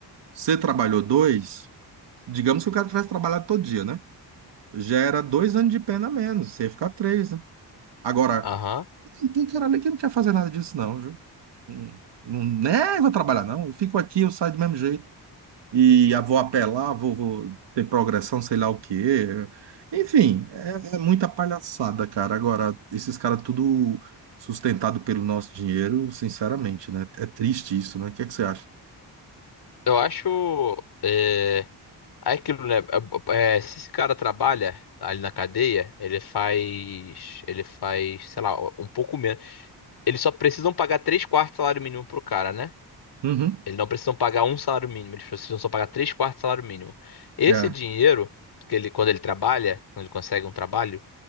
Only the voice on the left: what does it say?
aham.
Eu acho, é, é aquilo, né? É, é, se esse cara trabalha ali na cadeia, ele faz, ele faz, sei lá, um pouco menos Eles só precisam pagar três quartos de salário mínimo pro cara, né?
Eles não precisam pagar um salário mínimo, eles precisam só pagar três quartos de salário mínimo. Esse
dinheiro, que ele, quando ele trabalha, quando ele consegue um trabalho,